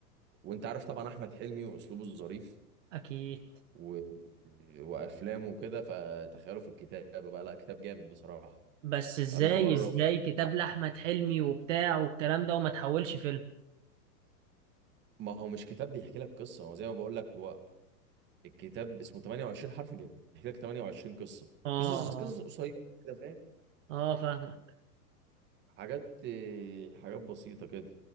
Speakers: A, on the right; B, on the right.
A: وانت عارف طبعا احمد حلمي واسلوبه الظريف
B: اكيد
A: و... وافلامه وكده فتخيله في الكتابه بقى لا كتاب جامد بصراحه
B: بس ازاي
A: قريته مره
B: ازاي كتاب لاحمد حلمي وبتاع والكلام ده وما تحولش فيلم
A: ما هو مش كتاب بيحكي لك قصه هو زي ما بقول لك هو الكتاب اسمه 28 حرف بيحكي لك 28 قصه
B: اه
A: قصص
B: اه
A: قصص قصيره كده فاهم
B: اه فاهمك
A: حاجات آه، حاجات بسيطه كده